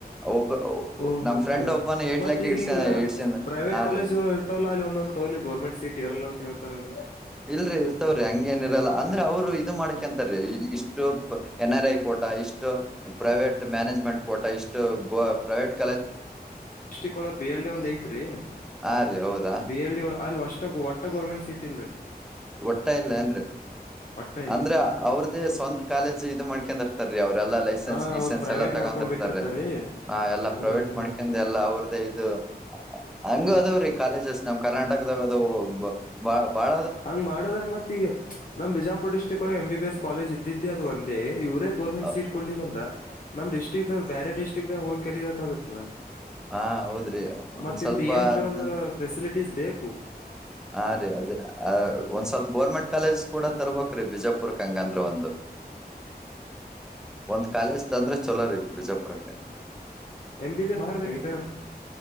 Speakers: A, in the centre; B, on the left.
A: ಒಬ್ಬ
B: ಓಹ
A: ನಮ್ ಫ್ರೆಂಡ್
B: ಕೆ ಓಕೆ
A: ಒಬ್ಬನ ಏಟ್
B: ಮತ್ತ
A: ಲ್ಯಾಕ್
B: ಈಗಿಂಗ
A: ಇಡ್ಸ ಇಡ್ಸನ್
B: ಪ್ರೈವೇಟ್
A: ಹಾ ರೀ
B: ಕಾಲೇಜ್ ಇರ್ತವಲ್ಲಾ ಇಲ್ಲ ಒದ ತಗಲಿ ಗರ್ಮೆಂಟ್ ಸೀಟ್ಏರಲ್ಲ ಅಂತ ಹೇಳ್ತಾರಲ್ರಿ
A: ಇಲ್ರಿ ಇರ್ತವ್ರಿ ಹಂಗೇನಿರಲ್ಲ ಅಂದ್ರೆ ಅವ್ರು ಇದು ಮಾಡಕಂತ ಇಷ್ಟು ಎನ್ ಆರ್ ಐ ಕೋಟ ಇಷ್ಟು ಪ್ರೈವೇಟ್ ಮ್ಯಾನೇಜ್ಮೆಂಟ್ ಕೋಟ ಇಷ್ಟು ಗೋ ಪ್ರಟ್
B: ದೃಷ್ಟಕ್ ಒಳ ಬಿಹಳ್ಳಿ ಒಂದ್ ಐತ್ರಿ
A: ಹಾ ರೀ ಹೌದಾ
B: ಬಿಹಲ್ಳ್ಳಿ ಒಳ ಅಲ್ ಅಷ್ಟ ಒಟ್ಟ ಗೋರ್ಮೆಂಟ್ ಸೀಟ್ ಇಲ್ರರಿ
A: ಒಟ್ಟ ಇಲ್ಲ ಅಂದ್ರಿ
B: ಒಟ್ಟ ಇಲ್ಲ
A: ಅಂದ್ರ ಅವ್ರ್ದೇ ಸ್ವಂತ ಕಾಲೇಜ್ ಇದು ಮಾಡ್ಕರ್ತ ಅವ್ರಲ್ಲ ಲೈಸೆನ್ಸ್
B: ಹಾ
A: ಗಿಸಸೆನ್
B: ಅವ್ರು ಪ್ರೈವೇಟ್
A: ಎಲ್ಲ ತಗೊಂಡಿರ್ತೀ
B: ಮಾಡ್ಕೊಂಡ್ ಬಿಟ್ಟಿರ್ತಾರೀ
A: ಹ ಎಲ್ಲಾ ಪ್ರೈವೇಟ್
B: ಹ್ಮ್ ಹ್ಮ್
A: ಮಾಡ್ಕಿಂದ
B: ಹ್ಮ್
A: ಎಲ್ಲಾ ಅವ್ರದ ಇದು ಹಂಗು ಅದವ್ರಿ ಕಾಲೇಜಸ್ ನಮ ಕರ್ನಾಟಕದಾಗ ಅದು ಬ ಬಹಳ.
B: ಹಂಗ ಮಾಡದ್ರೆ ಮತ್ತ ಈಗ ನಮ್ ಬಿಜಾಪುರ್ ಡಿಸ್ಟ್ರಿಕ್ ಒಳಗೆ ಎಂ ಬಿ ಎಸ್ ಕಾಲೇಜ್ ಇದ್ದಿದ್ದೆ ಅದು ಒಂದೇ ಇವ. ಗರ್ಮೆಂಟ್
A: ಅ-
B: ಸೀಟ್ ಕೊಡ್ಲಿಲ್ಲ ಅಂದ್ರೆ. ನಮ್ ಡಿಸ್ಟಿಕ್ ದಗ್ ಹೋಗಿ ಕಲಿಬೇಕಾಗತ್ತಲ್ಲ.
A: ಹಾ ಹೌದ್ರಿ ಒಂದ್
B: ಮತ್ತ್ದ
A: ಸ್ವಲ್ಪ
B: ಏನ್ರ
A: ಅದ್ನ
B: ಒಂದು ಫೆಸಿಲಿಟೀಸ್ ಬೇಕು.
A: ಹಾ ರೀ ಅದೇ ಒಂದ್ ಸ್ವಲ್ಪ ಗೋರ್ಮೆಂಟ್ ಕಾಲೇಜ್ ಕೂಡ ತರ್ಬೇಕ್ ಬಿಜಾಪುರ್ಕ್ ಹಂಗ ಅಂದ್ರ ಒಂದು. ಒಂದ್ ಕಾಲೇಜ್ ತಂದ್ರೆ ಚಲೋ ರೀಗ ಬಿಜಾಪುರಕ್ಕೆ.
B: ಎಮ ಬಿ ಬಿ ಮಾಡ್ಬೇಕೇ ಈ.